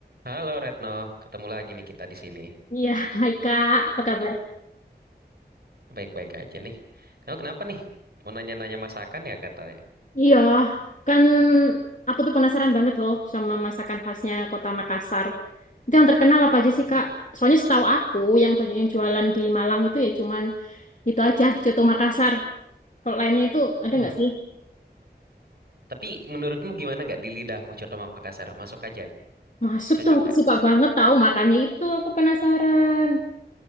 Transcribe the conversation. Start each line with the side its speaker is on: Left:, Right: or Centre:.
Right: Halo Retno, ketemu lagi nih kita di sini.
Left: Iya, hai Kak, apa kabar?
Right: Baik-baik aja nih. Kamu kenapa nih? Mau nanya-nanya masakan ya katanya.
Left: Iya, kan aku tuh penasaran banget loh sama masakan khasnya Kota Makassar. Itu yang terkenal apa aja sih,
Right: Hmm.
Left: Kak? Soalnya setahu aku yang banyak yang jualan di Malang itu ya cuman itu aja, Coto Makassar. Kalau lainnya itu ada
Right: Wah,
Left: nggak sih?
Right: tapi menurutmu gimana nggak di lidahmu Coto Makassar? Masuk aja,
Left: Masuk
Right: cocok
Left: tuh aku
Right: nggak?
Left: suka banget tahu makanya itu aku penasaran.